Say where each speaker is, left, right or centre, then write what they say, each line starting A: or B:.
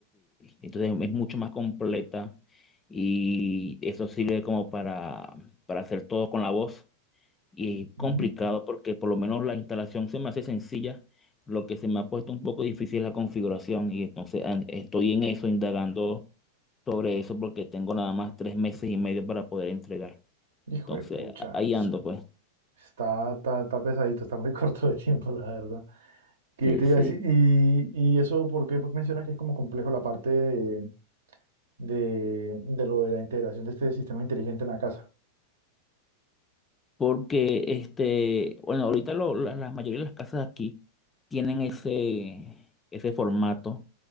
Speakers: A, on the left; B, on the right.
A: entonces es mucho más completa y eso sirve como para, para hacer todo con la voz. y complicado
B: Ujú.
A: porque por lo menos la instalación se me hace sencilla, lo que se me ha puesto un poco difícil es la configuración y entonces an- estoy en eso, indagando sobre eso porque tengo nada más tres meses y medio para poder entregar.
B: Hijo
A: Entonces
B: de pucha.
A: a- ahí ando pues.
B: Está, está, está pesadito, está muy <laughs> corto de tiempo, la verdad. ¿Qué
A: Sí,
B: te
A: sí.
B: iba a decir? Y, y eso, ¿por qué mencionas que es como complejo la parte de, de, de lo de la integración de este sistema inteligente en la casa.
A: Porque este, bueno, ahorita lo- la, la mayoría de las casas aquí tienen ese, ese formato,